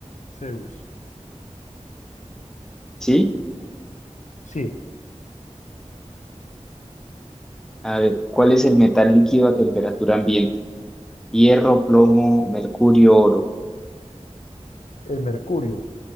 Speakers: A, on the left; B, in the centre.
A: Zeus.
B: Sí.
A: Sí,
B: A ver, ¿cuál es el metal líquido a temperatura ambiente? Hierro, plomo, mercurio, oro.
A: el mercurio.